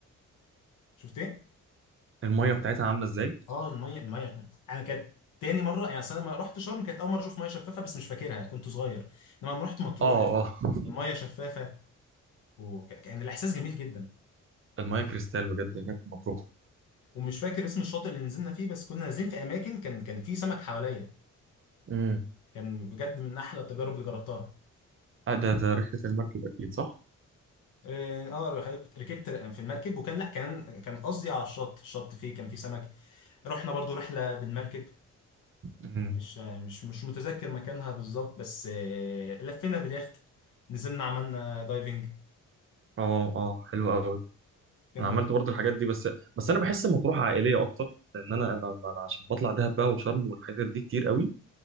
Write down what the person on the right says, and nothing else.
المايه بتاعتها عامله ازاي
اه اه <laughs>
المايه كريستال بجد هناك في مطروح
امم
آه ده ده رحله المركب اكيد صح
امم
اه اه حلو قوي
انا عملت برضو الحاجات دي بس بس انا بحس مطروح عائليه اكتر لان انا انا انا عشان بطلع دهب بقى وشرم والحاجات دي كتير قوي